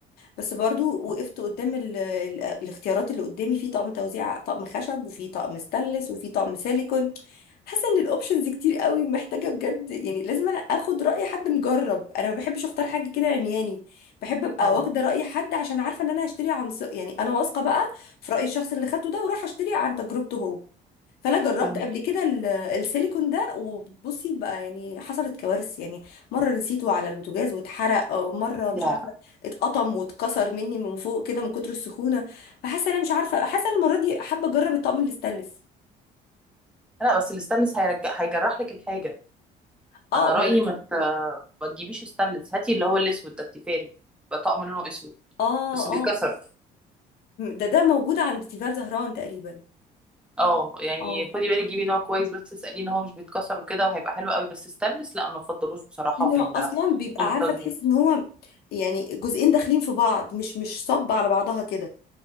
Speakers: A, on the left; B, in the centre.
A: بس برضو
B: اه
A: وقفت قدام ال- ال- الاختيارات اللي قدامي في طقم توزيع طقم خشب وفي طقم ستانلس وفي طقم سيليكون حاسه ان الاوبشنز كتير قوي محتاجه بجد يعني لازم انا اخد راي حد مجرب انا ما بحبش اختار حاجه كده عمياني بحب ابقى
B: آه.
A: واخده راي حد عشان عارفه ان انا هشتري عن ث- يعني انا واثقه بقى في راي الشخص اللي خدته ده ورايحه اشتري عن تجربته هو فانا جربت
B: فاهمة.
A: قبل كده ال- السيليكون ده وبصي بقى يعني حصلت كوارث يعني مره نسيته على البوتاجاز واتحرق او مره مش
B: يا
A: عارفه اتقطم واتكسر مني من فوق كده من كتر السخونه فحاسه انا مش عارفه حاسه أنا المره دي حابه اجرب الطقم الستانلس
B: لا بس الستانلس هيرجع هيجرح لك الحاجة
A: اه
B: انا رايي
A: ما أنا-
B: ما مت... ما تجيبيش ستانلس هاتي اللي هو الاسود ده التيفال بقى طقم لونه اسود
A: اه
B: بس بيتكسر
A: اه ده ده موجود عند تيفال زهران تقريبا
B: اه يعني
A: اه
B: خدي بالك جيبي نوع كويس بس اساليه ان هو مش بيتكسر وكده وهيبقى حلو قوي بس ستانلس لا انا ما بفضلوش بصراحه
A: انه
B: في ال-
A: اصلا بيبقى
B: في طقم التوزيع
A: عارفه تحس ان هو يعني جزئين داخلين في بعض مش مش صب على بعضها كده